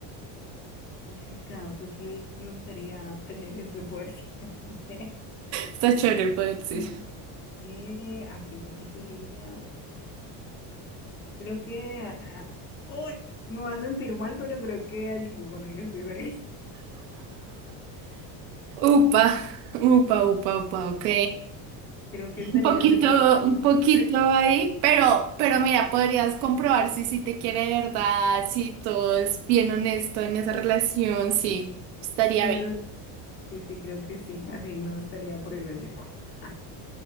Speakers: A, on the left; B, on the right.
A: Complicado, creo que me gustaría tener ese poder <laughs> siempre.
B: Está chévere el poder, sí.
A: Mm. Eh, ¿a quién elegiría? Creo que... a- ¡Ay! Me va a sentir mal, pero creo que al chico con el que estoy saliendo. <laughs>
B: Upa, upa, upa, upa, ok.
A: Creo que estaría
B: Un poquito,
A: segura. de-
B: un poquito
A: <laughs>
B: ahí, pero, pero mira, podrías comprobar si, si te quiere de verdad, si todo es bien honesto en esa relación, sí, estaría
A: Claro,
B: bien.
A: sí, sí, creo que sí. Así no estaría perdiendo el tiempo. <laughs>